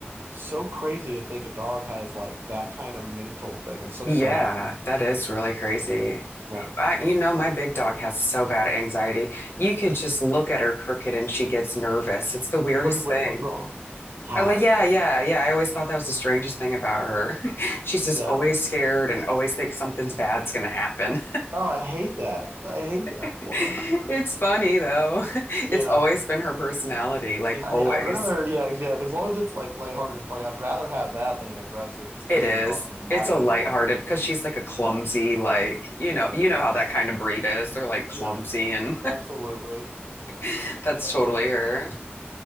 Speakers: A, on the right (about 60°); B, on the left (about 65°).
A: so crazy to think a dog has like that kind of mental thing. It's so
B: Yeah,
A: sad.
B: that is really crazy.
A: Yeah.
B: I, you know, my big dog has so bad anxiety. You could just look at her crooked and she gets nervous. It's the weirdest
A: What do you what-
B: thing.
A: What's wrong? God.
B: I like, yeah, yeah, yeah. I always thought that was the strangest thing about her. <laughs> She's just
A: Yeah.
B: always scared and always thinks something's bad's gonna happen.
A: Oh, I hate that. I hate that
B: <laughs>
A: for her.
B: It's funny though. <laughs>
A: Yeah.
B: It's always been her personality, like
A: Yeah. I,
B: always.
A: I'd rather. Yeah. Yeah. As long as it's like lighthearted and funny, I'd rather have that than an aggressive,
B: It
A: crazy
B: is.
A: dog who's
B: It's
A: mad
B: a
A: at
B: lighthearted
A: everyone.
B: because she's like a clumsy,
A: Yeah.
B: like, you know,
A: That's
B: you
A: the
B: know
A: best.
B: how that kind of breed is. They're like clumsy
A: Yep,
B: and
A: absolutely.
B: <laughs> that's
A: That's
B: totally
A: so
B: her.
A: funny.
B: <laughs>